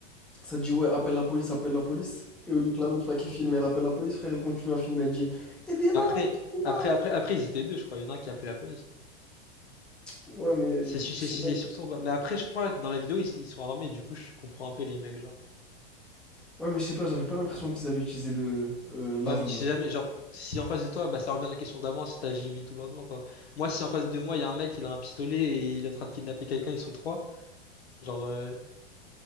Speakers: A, in the centre; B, on the left.
A: Ça dit, ouais, appelle la police, appelle la police. Et au lieu que la meuf là qui filme, elle appelle la police, frère, elle continue à filmer, elle dit, aidez-la,
B: Après,
A: aidez-la.
B: après, après, après, ils étaient deux, je crois. Il y en a un qui a appelé la police.
A: Ouais, mais
B: C'est su- c'est-
A: je sais
B: c'est
A: pas.
B: surtout. bah, Mais après, je crois que dans la vidéo, ils, ils sont armés. Du coup, je comprends un peu les mecs, genre.
A: Ouais, mais je sais pas, j'avais pas l'impression qu'ils allaient utiliser le euh, l'arme
B: Ouais, mais tu sais
A: là.
B: jamais, genre, si en face de toi, bah, ça revient à la question d'avant, si t'agis vite ou lentement, quoi. Moi, si en face de moi, il y a un mec, il a un pistolet et il est en train de kidnapper quelqu'un, ils sont trois, genre, euh,